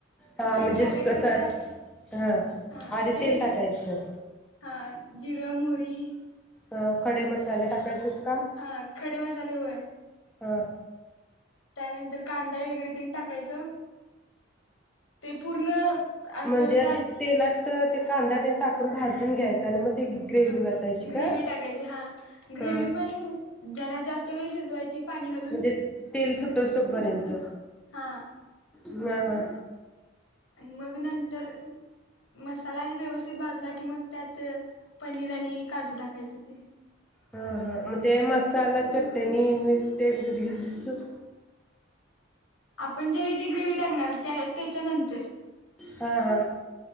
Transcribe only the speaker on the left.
तेल
टाकायचं
त्यात
ह
तेल
हा जिर मोहरी --
हा खडे मसाले होय.
त्यानंतर कांदा वगैरे तेन टाकायचं. ते पूर्ण असं
लाल
हा
ग्रेवी
टाकायची हा ग्रेवी
पण जरा जास्त -- त् वेळ शिजवायची. पाणी घालून
हा
आणि मग नंतर मसाला व्यवस्थित भाजला की मग त्यात पनीर आणि काजू टाकायच ते.
आपण ज्यावेळी ती ग्रेवी -- टाकणार त्या त्याच्यानंतर --